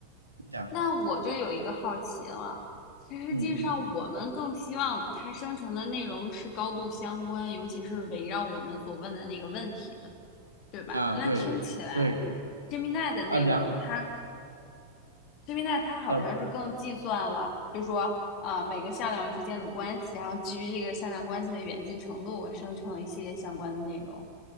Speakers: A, on the right; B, on the left.
A: 你讲，
B: 那我就有一个好奇了。其实际上，
A: 嗯嗯
B: 我们更希望它生成的内容是高度相关，尤其是围绕我们所问的那个问题的，对吧？
A: 啊对对
B: 那听起来，Gemini 的内容它
A: 啊两
B: c i n e t 它好像是更计算了，
A: 呃
B: 就说啊、呃每个向量之间的关系，然后基于这个向量关系的远近程度，我生成一些相关的内容。